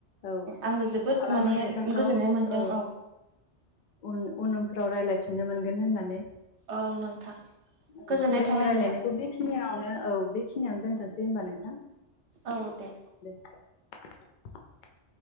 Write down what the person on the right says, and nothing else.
आंबो जोबोद
माने
गोजोननाय मोनदों
औ नोंथां
गोजोननाय
थाबाय
नोंथां।
औ दे